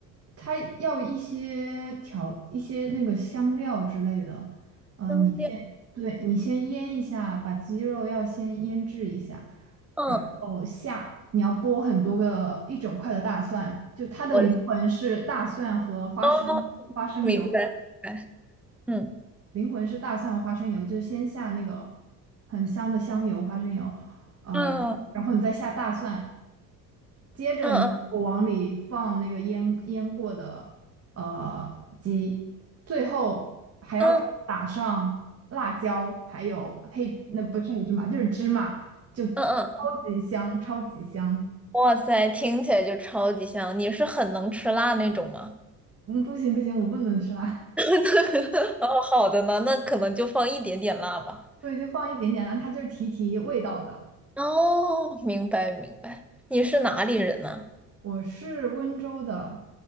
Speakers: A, on the right; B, in the centre.
A: 它要一些调一些那个香料之类的，呃，
B: 灯料，
A: 你先，对，你先腌一下，把鸡肉要先腌制一下，
B: 嗯，
A: 然后下你要剥很多个一整块的大蒜，就它的灵魂是大蒜和花生花生油，
B: 我哦，明白，
A: 嗯
B: 明白，嗯
A: 灵魂是大蒜和花生油，就是先下那个很香的香油、花生油，呃，
B: 嗯
A: 然然后你再下大蒜，接着你往里放那个腌腌过的呃鸡，
B: 嗯嗯
A: 最后还要再打上辣椒，
B: 嗯
A: 还有黑，那不是黑芝麻，就是芝麻，就超级香，
B: 嗯嗯，
A: 超级香。
B: 哇塞，听起来就超级香。你是很能吃辣那种吗？
A: 嗯，不行不行，我不能吃辣，
B: <laughs> 哦，好的呢，那可能就放一点点辣吧。
A: <laughs> 所以就放一点点辣，它就是提提味道的。
B: 哦，明白明白。你是哪里人呢、
A: 我是温州的，